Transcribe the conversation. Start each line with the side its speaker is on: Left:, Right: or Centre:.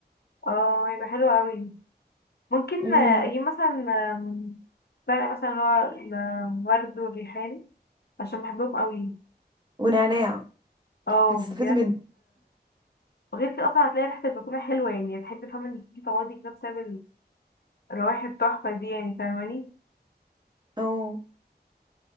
Left: اه هيبقى حلو قوي ممكن
Right: امم
Left: آه، اجيب مثلا آم، ورق مثلا اللي هو الورد والريحان عشان بحبهم قوي
Right: ونعناع
Left: اه
Right: هتستفيدي
Left: بجد
Right: منه
Left: وغير كده اصلا هتلاقي ريحة البلكونة حلوة يعني هتحبي فاهمة انك انتي تقعدي كده بسبب الروايح التحفة دي يعني فاهماني
Right: اه